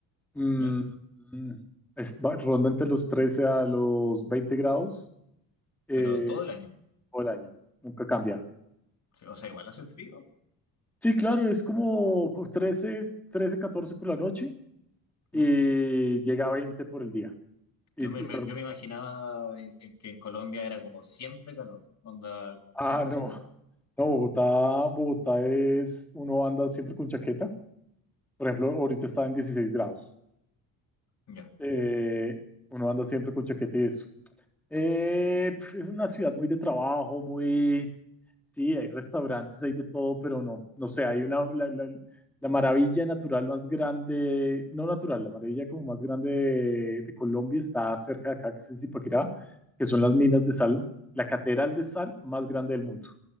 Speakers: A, in the centre; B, on the left.
A: Mm,
B: ¿Ya?
A: mm, es, va- ronda entre los 13 a los 20 grados eh,
B: Pero todo el año.
A: todo el año. Nunca cambia.
B: O sea, igual hace frío,
A: Sí, claro, es como con trece trece 14 por la noche y
B: ¿ya?
A: llega a 20 por el día. Y
B: Yo
A: sí,
B: me, me- yo me imaginaba eh, eh, que en Colombia era como siempre calor, onda, como
A: ah,
B: que siempre
A: no.
B: hace calor.
A: <laughs> No, Bogotá, Bogotá es, uno anda siempre con chaqueta. Por ejemplo, ahorita está en 16 grados.
B: ¿Ya?
A: Eh, uno anda siempre con chaqueta y eso. Eh, pf, es una ciudad muy de trabajo, muy Sí, hay restaurantes, hay de todo, pero no, no sé, hay una, la, la- la maravilla natural más grande, no natural, la maravilla como más grande de, de Colombia está cerca de acá, que es Zipaquirá, que son las minas de sal, la catedral de sal más grande del mundo.